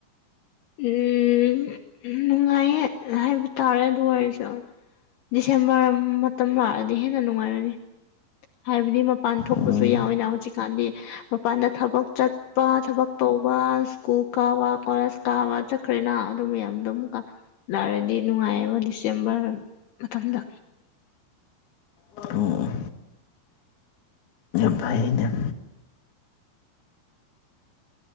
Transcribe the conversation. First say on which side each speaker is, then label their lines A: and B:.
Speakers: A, on the left; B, on the left.
A: ꯎꯝ ꯅꯨꯡꯉꯥꯏꯌꯦ ꯍꯥꯏꯕ ꯇꯥꯔꯦ ꯑꯗꯨ ꯑꯣꯏꯔꯁꯨ ꯗꯤꯁꯦꯝꯕꯔ ꯃꯇꯝ ꯂꯥꯛꯔꯗꯤ ꯍꯦꯟꯅ ꯅꯨꯡꯉꯥꯏꯔꯅꯤ꯫ ꯍꯥꯏꯕꯗꯤ ꯃꯄꯥꯟ ꯊꯣꯛꯄꯁꯨ
B: ꯎꯝ
A: ꯌꯥꯎꯋꯤꯅ ꯍꯧꯖꯤꯛꯀꯥꯟꯗꯤ ꯃꯄꯥꯟꯗ ꯊꯕꯛ ꯆꯠꯄ ꯊꯕꯛ ꯇꯧ ꯇꯧꯕꯥ ꯁ꯭ꯀꯨꯜ ꯀꯥꯕ ꯀꫭꯂꯦꯖ ꯀꯥꯕ ꯆꯠꯈ꯭ꯔꯦꯅ ꯑꯗꯨ ꯃꯌꯥꯝ ꯑꯗꯨ ꯃꯨꯛꯀ ꯂꯥꯔꯗꯤ ꯅꯨꯡꯉꯥꯏꯑꯦꯕ ꯗꯤꯁꯦꯝꯕꯔ ꯃꯇꯝꯗ
B: ꯑꯣ꯫ ꯐꯩꯅꯦ